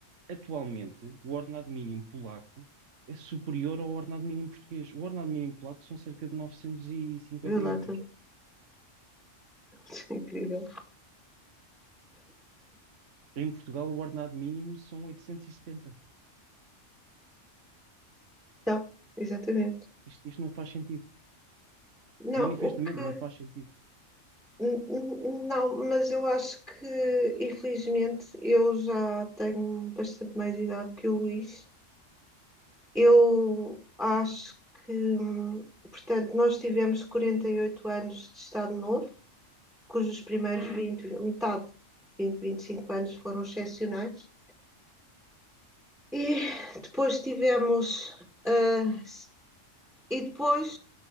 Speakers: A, on the right; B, in the centre.
A: Atualmente, o ordenado mínimo polaco é superior ao ordenado mínimo português. O ordenado mínimo polaco são cerca de 950 euros.
B: Vê lá tu. <laughs> é incrível.
A: Em Portugal, o ordenado mínimo são 870.
B: Então, exatamente.
A: Isto, isto não faz sentido.
B: Não,
A: Manifestamente
B: o que
A: não faz sentido.
B: N- n- Não, mas eu acho que, infelizmente, eu já tenho bastante mais idade que o Luís. Eu acho que, hum, portanto, nós tivemos 48 anos de Estado Novo, cujos primeiros vinte metade, vinte vinte e cinco anos foram excepcionais. E depois tivemos, ah, s- e depois,